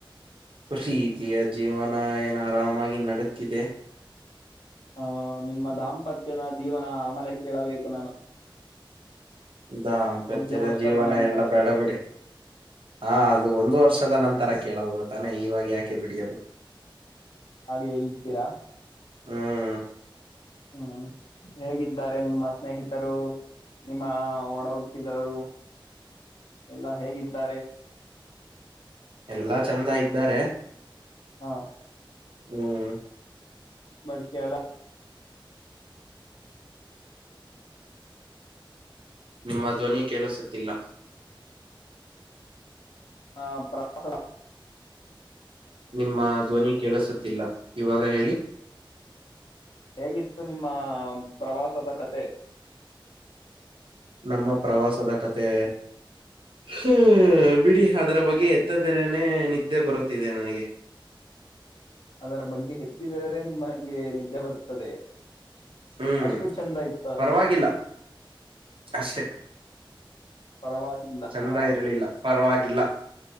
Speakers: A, on the right; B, on the left.
A: ಪ್ರೀತಿಯ ಜೀವನ ಏನ ಆರಾಮಾಗಿ ನಡತಿದೆ
B: ಹಹ ನಿಮ್ಮ ದಾಂಪತ್ಯದ ಜೀವನ ಆಮಲೆ ಕೇಳಬೇಕು ನಾನು
A: ದಾಂಪತ್ಯದ
B: ಒಂದು ವರ್ಷದ
A: ಜೀವನ
B: ನಂತರ
A: ಎಲ್ಲ ಬೇಡ ಬಿಿಡಿ ಹಾ ಅದು ಒಂದು ವರ್ಷ ವರ್ಷದ ನಂತರ ಕೇಳ ಹ ತಾನೆ ಇವಾಗ ಯಾಕೆ ಬಿಡಿಯದು್ರು
B: ಹಾಗೆ ಹೇಳ್ತೀರಾ
A: ಹ್ಮ್
B: ಹ್ಮ್ ಹೇಗಿದ್ದಾರೆ ನಿಮ್ಮ ಸ್ನೇಹಿತರು ನಿಮ್ಮ ಒಡ ಹುಟ್ಟಿದವರು ಎಲ್ಲಾ ಹೇಗಿದ್ದಾರೆ
A: ಎಲ್ಲಾ ಚಂದ ಇದ್ದಾರೆ
B: ಹಾ
A: ಹ್ಮ್
B: ಬಟ್ ಕಳ
A: ನಿಮ್ಮ ಧ್ವನಿ ಕೇಳಿಸುತ್ತಿಲ್ಲ
B: ಹಾ ಪಾ ಸಡ
A: ನಿಮ್ಮ ಧ್ವನಿ ಕೆೇಳಸತಿಲ್ಲ ಇವಾಗ ಹೇಳಿ
B: ಹೇಗಿತ್ತು ನಿಮ್ಮ ಪ್ರವಾಸದ ಕತೆ
A: ನಮ್ಮ ಪ್ರವಾಸದ ಕತೆ ಹ ಬಿಡಿ ಅದರ ಬಗ್ಗೆ ಎತ್ತದೆೆರನೆ ನಿದ್ದೆ ಬರುತ್ತಿದೆ ನನಗೆ
B: ಅದರ ಬಗ್ಗೆ ಹೆಚ್ಚಿದರರೆೇ ನಿಮ್ಮಗೆ ನಿದ್ದೆ ಬರುತ್ತದೆ
A: ಹ್ಮ್
B: ಅಷ್ಟು ಚಂದ ಇತ್ತ
A: ಪರವಾಗಿಲ್ಲ ಅಷ್ಟೆ
B: ಪರವಾಗಿಲ್ಲ
A: ಚಂದ
B: ಹ
A: ಇರಲಿಲ್ಲ ಪರವಾಗಿ ಕಿಲ್ಲ